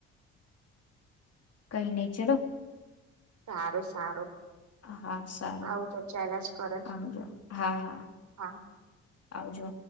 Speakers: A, on the left (about 45°); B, on the right (about 55°).
A: કઈ નહી ચલો.
B: સારું સારું.
A: હા સારું
B: આવું તો ચાલ્યા જ કરે
A: હજ હા હા.
B: હા
A: આવજો.